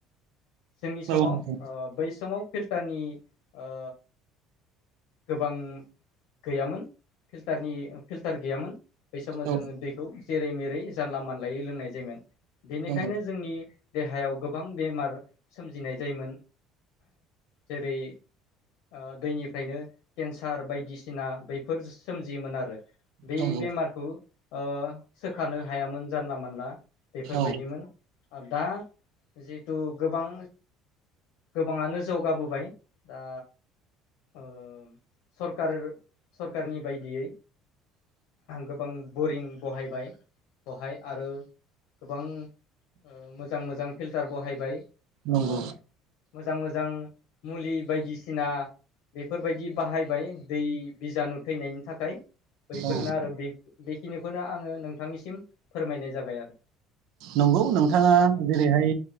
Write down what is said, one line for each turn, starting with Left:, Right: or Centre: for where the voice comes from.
Left: जोंनि समाव
Right: औ नंगौ
Left: अ बै समाव फिल टानि ओ गोबां गैयामोन। फिल्टारनि फिल्टार गैयामोन बै समाव जोङो
Right: औ
Left: दै खौ जेरै मेरै जानला मानलायै लोंनाय जायोमोन। बेनिखायनो
Right: नंगौ
Left: जोंनि देहायाव गोब बां बेमार सोमजिनाय जायोमोन। जेरै ओ दैनिफ्रायनो केन्सार बायदिसिना बैफोर सोमजियोमोन आरो। बे
Right: नंगौ
Left: बेमारखौ ओ सोखानो हायामोन जानला मानला। बेफोरबायदिमोन
Right: औ
Left: आरो दा जिहेथु गोबां गोबाङानो जौगाबोबाय दा ओ सरखारर सरखारनि बायदियै गोबां बरिं बहायबाय। बहाय आरो गोबां ओ मोजां मोजां फिल्टार बहायबाय
Right: नंगौ
Left: ओ मोजां-मोजां मुलि बायदिसिना बेफोरबायदि बाहायबाय दै बिजानु थैनायनि थाखाय बैफोरनो
Right: औ
Left: आरो बे बेखिनिखौनो आङो नोंथांनिसिम फोरमायनाय जाबाय आरो
Right: नंगौ नोंथाङा जेरैहाय